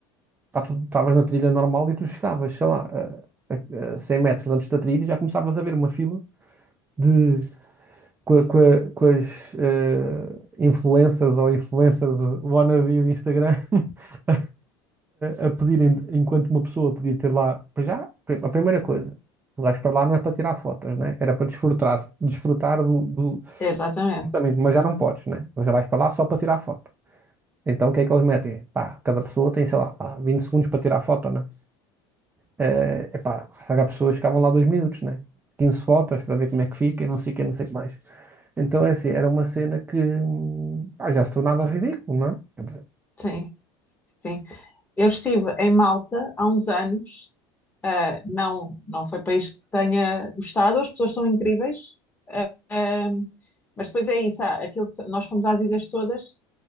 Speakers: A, on the right; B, on the left.
A: pá, tu estavas na trilha normal e tu chegavas, sei lá, a, a- a 100 metros antes da trilha e já começavas a ver uma fila de. Com, a- com, a- com as eh, influencers ou influencers wannabe de Instagram <laughs> a, a pedirem, enquanto uma pessoa podia ter lá, para já, a primeira coisa, o gajo para lá não é para tirar fotos, né? Era para desfrutar, desfrutar do, do-
B: Exatamente.
A: Exatamente, mas já não podes, né? Mas já vais para lá só para tirar foto. Então o que é que eles metem? Pá, cada pessoa tem, sei lá, pá, 20 segundos para tirar foto, né? É pá, cada pessoa ficavam lá dois minutos, né? 15 fotos para ver como é que fica e não sei o que, não sei o que mais. Então é assim, era uma cena que pá, já se tornava ridículo, não é? Quer dizer,
B: Sim, sim. Eu estive em Malta há uns anos. ah, não, não foi país que tenha gostado. As pessoas são incríveis. ah, ah, mas depois é isso. há aquilo, nós fomos às ilhas todas.